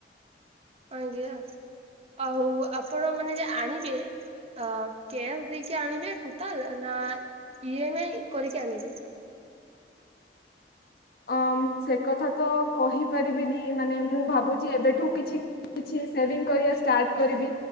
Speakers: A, on the right; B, on the left.
A: ଆଜ୍ଞା ଆଉ ଆପଣ ମାନେ ଯେ ଆଣିବେ। ଅ କ୍ୟାସ୍ ଦେଇକି ଆଣିବେ ଟୋଟାଲ ନା ଇ ଏମ ଆଇ କରିକି ଆଣିବେ।
B: ଅ ସେ କଥା ତ କହିପାରିବିନି ମାନେ ମୁଁ ଭାବୁଛି ଏବେଠୁ କିଛି କିଛି ସେଭିଂ କରିବା ଷ୍ଟାର୍ଟ କରିବି